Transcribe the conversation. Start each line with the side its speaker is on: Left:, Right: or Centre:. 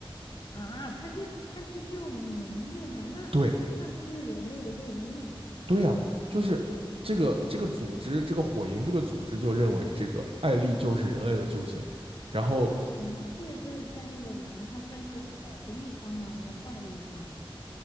Left: 啊，他是他是这种免疫的吗？那那他就是人类的救星啊！
Right: 对，对呀，就是这个这个组织，这个火营这个组织就认为这个艾丽就是人类的救星，然后
Left: 那混是就是在那个里面，他算是好的一方吗？还是坏的一方啊？